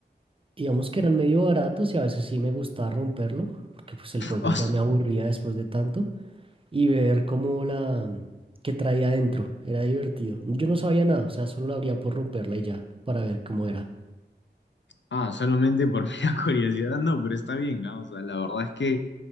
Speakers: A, on the right; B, on the left.
A: Digamos que eran medio baratos y a veces sí me gustaba romperlo, porque pues el juego
B: Oh,
A: ya
B: su-
A: me aburría después de tanto, y ver cómo la... que traía adentro, era divertido. Yo no sabía nada, o sea, solo la abría por romperla y ya, para ver cómo era.
B: Ah, solamente por <laughs> mera curiosidad, no, pero está bien, ¿no? O sea, la verdad es que